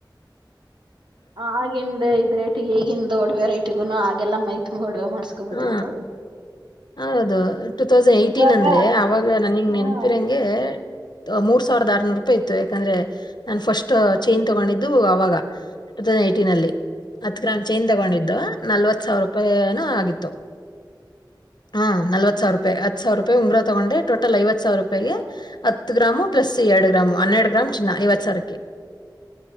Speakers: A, on the right; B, on the left.
A: ಹ ಹಾಗೆಂದೆ. ರೇಟಿಗೆ ಈಗಂದು ದೊಡ್ವ ರೇಟಿಗು ಅಗೆಲ ಮೈತುಂಬ. ಮದ್ವೆ ಮಾಡಸ್ಕೊಬೋದಿತ್ತು
B: ಆ,
A: ಅವ್ಳು.
B: ಹೌದು. ಟೂ ತೌಸಂಡ್ ಏಟೀನ್
A: ಇವಾಗ
B: ಅಂದ್ರೆ ಆವಾಗ ನನಂಗ
A: ಹಾ
B: ನೆನ್ಪಿರಂಗೆ. ಮೂರ್ ಸಾವಿರದ ಆರ್ನೂರು ರೂಪಾಯಿ ಇತ್ತು ಯಾಕಂದ್ರೆ ನಾನನ್ ಫಸ್ಟ್ ಚೈನ್ ತಗೊಂಡಿದ್ದು ಅವಾಗ ಟೂ ತೌಸಂಡ್ ಏಯ್ಟೀನ್ ಅಲ್ಲಿ ಅತ್ಲ ನನ್ ಚೈನ್ ತಗೊಂಡಿದ್ದು ನಲ್ವತ್ ಸಾವಿರ ರೂಪಾಯೂ ಆಗಿತ್ತು. ಹ ನಲ್ವತ್ ಸಾವಿರ ರೂಪಾಯಿ ಹತ್ತು ಸಾವಿರ ರೂಪಾಯಿ ಉಂಗುರ ತಗೊಂಡೆ ಟೋಟಲ್ ಐವತ್ ಸಾವಿರ ರೂಪಾಯಿಗೆ ಹತ್ತು ಗ್ರಾಮು ಪ್ಲಸ್ ಎರಡು ಗ್ರಾಮು ಹನ್ನೆರಡು ಗ್ರಾಮ್ ಚಿನ್ನ ಐವತ್ ಸಾವಿಕ್ಕೆ